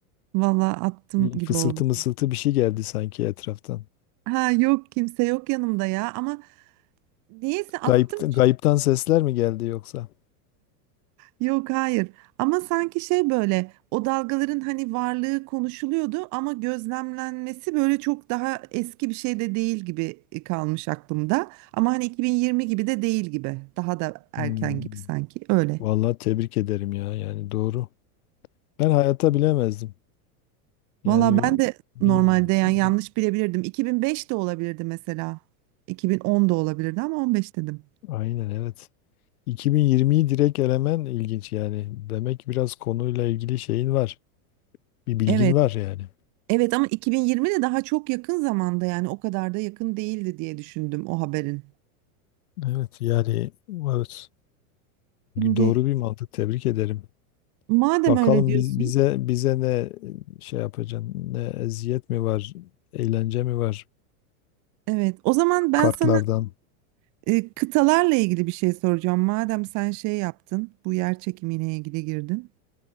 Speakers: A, on the right; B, on the left.
A: valla attım
B: Bir
A: gibi
B: Fısıltı
A: oldu.
B: mısıltı bir şey geldi sanki etraftan.
A: Ha yok kimse yok yanımda ya ama niyeyse attım
B: Gayipten, gayipten sesler mi geldi yoksa?
A: Yok hayır ama sanki şey böyle o dalgaların hani varlığı konuşuluyordu ama gözlemlenmesi böyle çok daha eski bir şey de değil gibi e, kalmış aklımda. Ama hani 2020 gibi de değil gibi daha da erken
B: Hmm.
A: gibi sanki öyle.
B: Vallahi tebrik ederim ya. Yani doğru. Ben hayata bilemezdim. Yani
A: Valla ben de
B: bir,
A: normalde yani
B: bir-
A: yanlış bilebilirdim 2005 de olabilirdi mesela 2010 da olabilirdi ama 15 dedim.
B: aynen evet. 2020'yi direkt elemen ilginç yani. Demek ki biraz konuyla ilgili şeyin var. Bir bilgin
A: Evet
B: var yani.
A: evet ama 2020 de daha çok yakın zamanda yani o kadar da yakın değildi diye düşündüm o haberin.
B: Evet yani evet.
A: Şimdi
B: Doğru bir mantık. Tebrik ederim.
A: madem
B: Bakalım
A: öyle diyorsun.
B: biz, bize bize ne şey yapacaksın? Ne eziyet mi var? Eğlence mi var?
A: Evet, o zaman ben
B: Kartlardan.
A: sana e, kıtalarla ilgili bir şey soracağım. Madem sen şey yaptın, bu yer çekimine ilgili girdin.